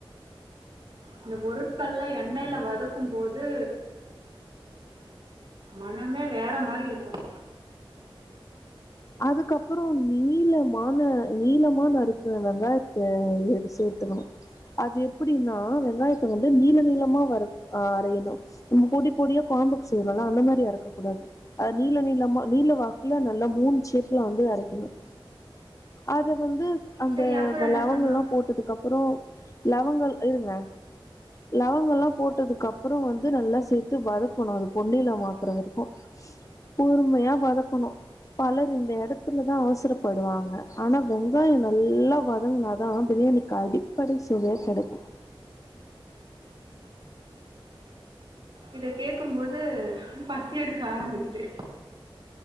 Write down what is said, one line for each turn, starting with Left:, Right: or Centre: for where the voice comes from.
Right: இந்த பொருட்கள்ல எண்ணெய்யில வதக்கும் க்கும்போது மனமே வேற மாதிரி இருக்கும்
Left: அதுக்கப்புறம் நீளமான நீளமான தறுக்க வெங்காயத்தை சேர்த்துக்கணும் அது எப்படின்னா வெங்காயத்தை வந்து நீல நீளமா வரஹ் அரையணும் நம்ம பொடி பொடியா கோழம்புக்கு செய்வோம்லாம் அந்த மாதிரி அறுக்கக் கூடாது அது நீல நீளமா நீல வாக்குல நல்லா மூண் சிப்ல வந்து அரைக்கணும் அத வந்து அந்தலவங்கள்
Right: சரி அப்புறம் என்ன பண்ணணும்
Left: எல்லாம் போட்டதுக்கு அப்புறம் லவங்கள் இருங்க லவங்கம் எல்லாம் போட்டதுக்கு அப்புறம் வந்து நல்லா சேர்த்து வதக்கணும் அது பொன்னியில மாக்குறதுரைக்கும் பொறுமையா வதக்கணும் பல இந்த இடத்துலதான் அவசரப்படுவாங்க ஆனா வெங்காயம் நல்லா வதங்கினாதான் பிரியாணிக்கு அடிப்படை சுவையே கிடைக்கும்
Right: இத கேடக்கும்போது பசி எடுக்க ஆரம்பிக்குது